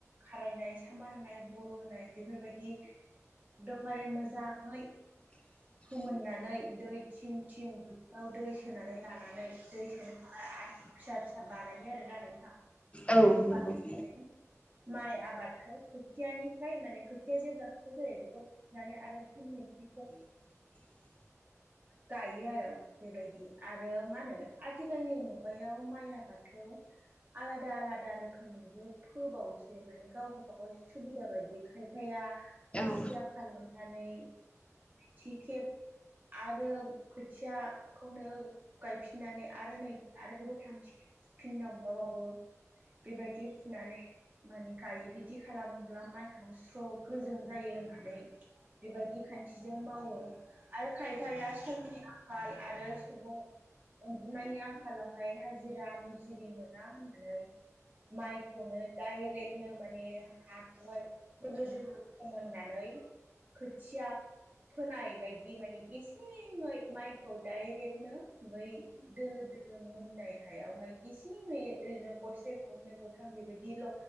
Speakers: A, on the right (about 35°); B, on the left (about 20°).
A: खारायनाय सामार होननाय बर' होनाय बेफोरबादि एकदमबारे मोजाङै।
B: <inaudible>
A: फोमोननानै दै थिम थिम दुब्लियाव दै सोनानै लानानै दै सोनो थाखाय आरो। फिसा फिसा बानायो आरोना नोंथां बेबादि
B: औ नंगौ
A: बानायनानै माइ आबादखौ खोथियानिफ्राय माने खोथिया जेब्ला खोथिया जायो बेखौ <unintelligible>
B: <inaudible>
A: गायो आरो बेबायदि आरो मा होनो आथिखालनि मुगा खगायाव माइ आबादखौ आलादा आलादा रोखोमैबो फोबावसै माने गाव गाबागाव सुबिदा बायदि खायफाया खासिया
B: औ
A: खालामनानै थि खेब आरो खोथियाखौनो गायफिननानै आरो नै आरो बेखौ थामथिख फिननांबबावो बेबादि फुनानै माने गायो बिदि खालामोब्ला माइखौ स्र गोजों जायो होननानै। बेबायदि खान्थिजों मावो। आरो खायफाया समनि आंखाल आरो सुबुं अनजिमानि आंखालाव ओमफ्राय हाजिरा मुजुरिरि मोना होननानै। माइखौनो डाइरेक्टनो माने हाखर दोलो दोलो फोननानै खोथिया फोनाय बायदि माने गेसेङै माइखौ डायरेक्टनो बै दोलो दोलो जोङो मोननाय हायावहाय गेसेङै ओरैनो गरसे गरनै गरथाम बेबायदिल'